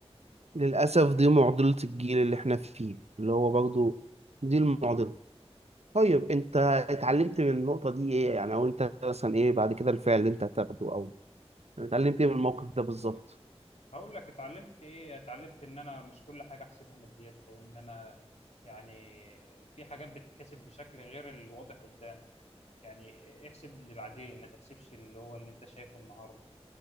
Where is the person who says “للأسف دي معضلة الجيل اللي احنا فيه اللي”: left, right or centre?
Right